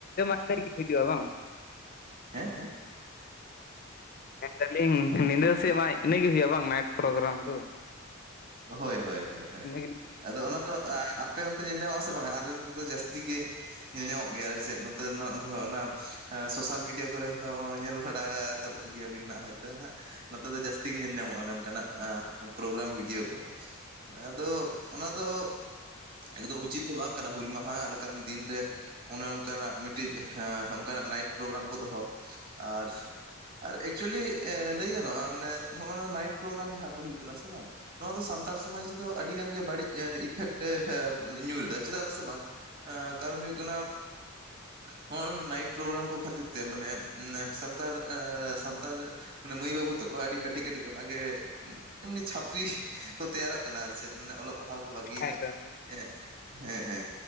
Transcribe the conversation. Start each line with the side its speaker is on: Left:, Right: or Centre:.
Left: <unintelligible> ᱦᱤᱡᱩᱜᱼᱟ ᱵᱟᱝ
Right: ᱦᱮᱸ ᱦᱮᱸ?
Left: ᱢᱮᱱ ᱫᱟᱞᱤᱧ ᱧᱤᱫᱟᱹ ᱥᱮᱜ ᱢᱟᱭ ᱤᱱᱟᱹ ᱜᱮ ᱦᱩᱭᱩᱜᱼᱟ ᱵᱟᱝ ᱱᱟᱭᱤᱴ ᱯᱨᱳᱜᱨᱟᱢ ᱠᱚ?
Right: ᱦᱳᱭ ᱦᱳᱭ ᱦᱳᱭ
Left: ᱤᱱᱟᱹ ᱜᱮ
Right: ᱟᱫᱚ ᱚᱱᱟ ᱫᱚ ᱟ ᱟᱯᱮ ᱚᱱᱛᱮ ᱧᱮᱞ ᱧᱟᱢᱚᱜ ᱟᱥᱮ ᱵᱟᱝᱟ ᱟᱞᱮ ᱱᱚᱛᱮ ᱫᱚ ᱡᱟᱹᱥᱛᱤ ᱜᱮ ᱧᱮᱞ ᱧᱟᱢᱚᱜ ᱜᱮᱭᱟ ᱟᱞᱮ ᱥᱮᱫ ᱱᱚᱛᱮᱱᱟᱜ ᱫᱷᱚ ᱚᱱᱟ ᱟᱸ ᱥᱳᱥᱟᱞ ᱢᱤᱰᱤᱭᱟ ᱠᱚᱨᱮ ᱦᱚᱸ ᱧᱮᱞ ᱵᱟᱲᱟ ᱠᱟᱫ ᱮᱜᱮᱭᱟ ᱵᱤᱱ ᱱᱟᱜ ᱦᱳᱭᱛᱚ ᱱᱟᱦᱟᱜ ᱱᱚᱛᱮ ᱫᱚ ᱡᱟᱹᱥᱛᱤ ᱜᱮ ᱧᱮᱞ ᱧᱟᱢᱚᱜ-ᱟ ᱱᱚᱝᱠᱟ ᱱᱟᱜ-ᱟ ᱯᱨᱳᱜᱨᱟᱢ ᱵᱷᱤᱰᱭᱳ ᱠᱚ ᱠᱚ ᱟᱫᱚ ᱫᱚ ᱚᱱᱟ ᱫᱚ ᱮᱠᱫᱚᱢ ᱩᱪᱤᱛ ᱫᱚ ᱵᱟᱝ ᱠᱟᱱᱟ ᱦᱩᱞ ᱢᱟᱦᱟ ᱞᱮᱠᱟᱱ ᱫᱤᱱ ᱨᱮ ᱚᱱᱮ ᱚᱝᱠᱟ ᱱᱟᱜ ᱢᱤᱴᱤᱡ ᱦᱮᱸ ᱦᱚᱝᱠᱟᱱᱟᱜ ᱱᱟᱭᱤᱴ ᱯᱨᱳᱜᱨᱟᱢ ᱠᱚ ᱫᱚᱦᱚ ᱟᱨ ᱟᱨ ᱮᱠᱪᱩᱞᱞᱤ ᱮᱸ ᱞᱟᱹᱭ ᱜᱟᱱᱚᱜ-ᱟ ᱢᱟᱱᱮ <unintelligible> ᱱᱟᱭᱤᱴ ᱯᱨᱳᱜᱨᱟᱢ ᱡᱟᱦᱟᱸ ᱠᱚ ᱦᱩᱭᱩᱜ ᱠᱟᱱᱟ ᱥᱮ ᱵᱟᱝ ᱱᱚᱣᱟ ᱫᱚ ᱥᱟᱱᱛᱟᱲ ᱥᱚᱢᱟᱡᱽ ᱨᱮᱫᱚ ᱟᱹᱰᱤ ᱜᱟᱱ ᱜᱮ ᱵᱟᱹᱲᱤᱡ <unintelligible> ᱤᱯᱷᱮᱠᱴᱮ ᱦᱮ ᱧᱩᱨᱮᱫᱟ ᱪᱮᱫᱟᱜ ᱥᱮ ᱵᱟᱝ ᱠᱟᱨᱚᱱ ᱦᱩᱭᱩᱜ ᱠᱟᱱᱟ ᱱᱚᱜ-ᱱᱚᱣᱟ ᱱᱟᱭᱤᱴ ᱯᱨᱳᱜᱨᱟᱢ ᱠᱚ ᱠᱷᱟᱹᱛᱤᱨ ᱛᱮ ᱢᱟᱱᱮ ᱥᱟᱱᱛᱟᱲ ᱥᱟᱱᱛᱟᱞ ᱢᱟᱱᱮ ᱢᱟᱹᱭ ᱵᱟᱹᱵᱩ ᱛᱟᱠᱚ ᱟᱹᱰᱤ ᱠᱟᱹᱴᱤᱡ ᱠᱟᱹᱴᱤᱡ ᱠᱷᱚᱱᱟᱜ ᱜᱮ ᱮᱢᱱᱤ ᱪᱷᱟᱯᱨᱤ ᱠᱚ ᱛᱮᱭᱟᱨᱚᱜ ᱠᱟᱱᱟ ᱟᱨ ᱪᱮᱫ ᱢᱟᱱᱮ ᱚᱞᱚᱜ ᱯᱟᱲᱦᱟᱣ ᱠᱚ ᱵᱟᱹᱜᱤ ᱮᱫᱟ
Left: ᱦᱮᱸ
Right: ᱮᱸᱦᱮ ᱦᱮᱸ ᱦᱮᱸ